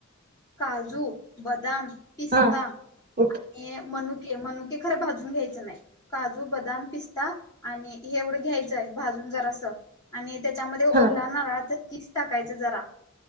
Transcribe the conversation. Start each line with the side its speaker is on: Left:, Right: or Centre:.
Left: काजू बदाम पिस्ता
Right: हां,
Left: आणि
Right: ओके.
Left: मनु मणके खर भाजून घ्यायचं नाही काजू बदाम पिस्ता आणि हे एवढं घ्यायचंय भाजून जरा असं आणि त्याच्यामध्ये ओला
Right: हां.
Left: नारळ. कीस टाकायचं जरा